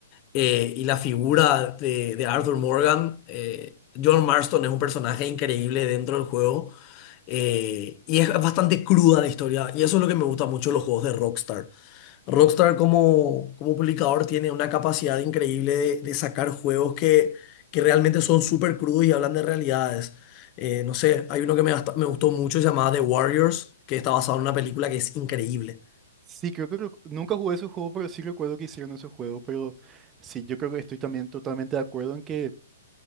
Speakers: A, on the left (about 35°); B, on the right (about 20°).
A: Eh, y la figura de, de Arthur Morgan, eh, John Marston es un personaje increíble dentro del juego eh, y es bastante cruda la historia y eso es lo que me gusta mucho de los juegos de Rockstar. Rockstar como, como publicador tiene una capacidad increíble de, de sacar juegos que, que realmente son súper crudos y hablan de realidades. Eh, no sé, hay uno que me, gasta- me gustó mucho, se llamaba The Warriors, que está basado en una película que es increíble.
B: Sí, creo que recu- nunca jugué ese juego, pero sí recuerdo que hicieron ese juego. Pero sí, yo creo que estoy también totalmente de acuerdo en que,